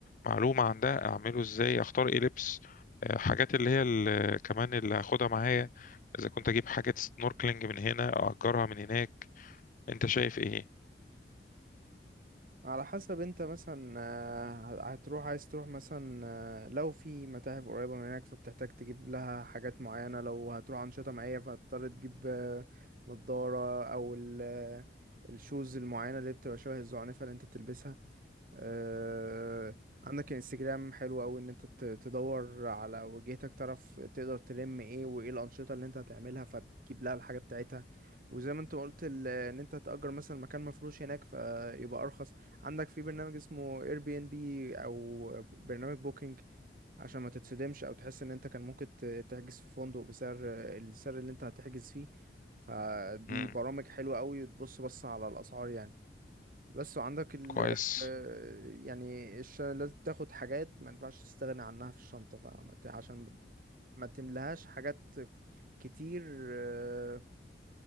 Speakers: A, on the left; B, on the right.
A: معلومة عن ده اعمله ازاي اختار ايه لبس آه، حاجات اللي هي ال- كمان اللي هاخدها معايا اذا كنت اجيب حاجة سنوركلينج من هنا اجرها من هناك انت شايف ايه
B: على حسب انت مثلا آه، هتروح عايز تروح مثلا آه، لو في متاحف قريبة من هناك فبتحتاج تجيب لها حاجات معينة لو هتروح أنشطة معينة فهتضطر تجيب آه، نضارة أو ال- آه، الشوز المعينة اللي بتبقى شبه الزعنفة اللي انت بتلبسها آه، عندك انستجرام حلو قوي ان انت ت- تدور على وجهتك تعرف تقدر تلم ايه وايه الانشطه اللي انت هتعملها فتجيب لها الحاجه بتاعتها وزي ما انت قلت ال- ان انت تأجر مثلا مكان مفروش هناك فيبقى ارخص عندك في برنامج اسمه اير بي ان بي او برنامج بوكينج عشان ما تتصدمش او تحس ان انت كان ممكن ت- تحجز في فندق بسعر السعر اللي انت هتحجز فيه فدي
A: مم.
B: برامج حلوة قوي وتبص بص على الاسعار يعني بس وعندك ال
A: كويس
B: آه، يعني الش- لازم تاخد حاجات ما ينفعش تستغنى عنها في الشنطة فما ت- عشان ما ما تملهاش حاجات كتير آه،